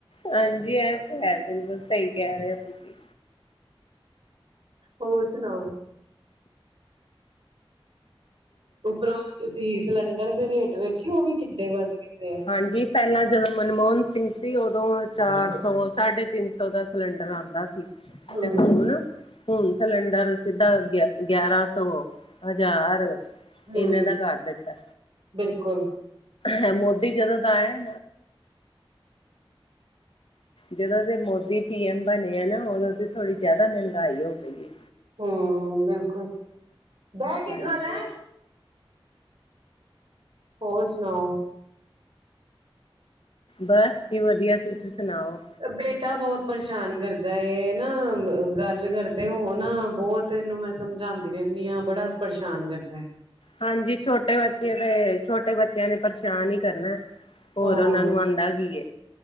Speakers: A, on the left; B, on the right.
A: ਹਾਂਜੀ, ਐ ਤੇ ਹੈ। ਬਿਲਕੁਲ, ਸਹੀ ਕਹਿ ਰਹੇ ਹੋ ਤੁਸੀਂ।
B: ਹੋਰ ਸੁਣਾਓ। ਉਪਰੋਂ ਤੁਸੀਂ ਸਿਲੰਡਰ ਦੇ ਰੇਟ ਵੇਖਿ ਉਹ ਵੀ ਕਿੱਨੇ ਵੱਧ ਜਾਂਦੇ ਆ।
A: ਹਾਂਜੀ ਪਹਿਲਾਂ ਜਦੋਂ ਮਨਮੋਹਨ ਸਿੰਘ ਸੀ ਉਦੋਂ ਚਾਰ ਸੌ ਸਾਢੇ ਤਿੰਨ ਸੌ ਦਾ ਸਿਲੰਡਰ ਆਉਂਦਾ ਸੀ।
B: ਹਮ
A: ਤੇਖੂਣ। ਹੁਣ ਸਿਲੰਡਰ ਸਿੱਧਾ ਗਿਆ ਗਿਆਰਾਂ ਸੌ ਹਜ਼ਾਰ।
B: ਹਮ
A: ਇਹਨੇ ਦਾ ਕਰ ਦਿੱਤਾ।
B: ਬਿਲਕੁਲ।
A: ਹ ਮੋਦੀ ਜਦੋਂ ਦਾ ਆਇਆ। ਜਦੋਂ ਦੇ ਮੋਦੀ ਪੀ ਐਮ ਬਣੇ ਆ ਨਾ ਉਦੋਂ ਦੀ ਥੋੜ੍ਹੀ ਜਿਆਦਾ ਮਹਿੰਗਾਈ ਹੋ ਗਈ ਹੈ।
B: ਹਮ ਬਿਲਕੁਲ ਬਹਿ ਕੇ
A: ਹਾਂਜੀ
B: ਖਾ ਲੈ। ਹੋਰ ਸੁਣਾ।
A: ਬਸ ਕੀ ਵਧੀਆ ਤੁਸੀਂ ਸੁਣਾਓ।
B: ਬੇਟਾ ਬਹੁਤ ਪਰੇਸ਼ਾਨ ਕਰਦਾ ਨਾ ਗੱਲ ਕਰਦਾ। ਤੇ ਉਹ ਨਾ ਬਹੁਤ ਇਹਨੂੰ ਮੈਂ ਸਮਝਾਉਂਦੀ ਰਹਿੰਦੀ ਹਾਂ ਬੜਾ ਪਰੇਸ਼ਾਨ ਕਰਦਾ।
A: ਹਾਂਜੀ ਛੋਟੇ ਬੱਚੇ ਤੇ ਛੋਟੇ ਬੱਚਿਆਂ ਨੇ ਪਰੇਸ਼ਾਨ ਹੀ ਕਰਨਾ। ਹੋਰ
B: ਹਾਂ
A: ਉਹਨਾਂ ਨੂੰ ਆਉਂਦਾ ਕੀ।